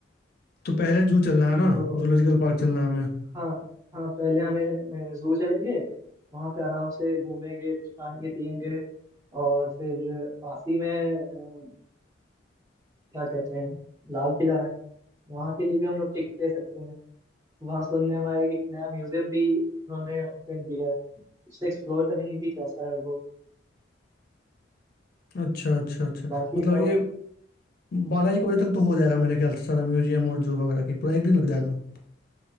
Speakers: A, on the left (about 50°); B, on the right (about 15°).
A: तो पहले जू चलना है ना
B: तो
A: जूलॉजिकल पार्क चलना है हमें
B: हाँ हाँ पहले हमें जू चलेंगे वहाँ पे आराम से घूमेंगे कुछ खाएंगे पियेंगे और फिर पास ही में अ, क्या कहते हैं लाल किला है वहाँ के लिए भी हम लोग टिकट ले सकते हैं वहाँ सुनने में आया कि एक नया म्यूजियम भी उन्होंने ओपन किया है उससे एक्सप्लोर करेंगे कि कैसा है वो
A: अच्छा अच्छा अच्छा
B: बाकी
A: मतलब ये
B: और
A: बारह एक बजे तक तो हो जाएगा मेरे ख्याल से सारा म्यूजियम और जू वगैरह की पूरा एक दिन लग जाएगा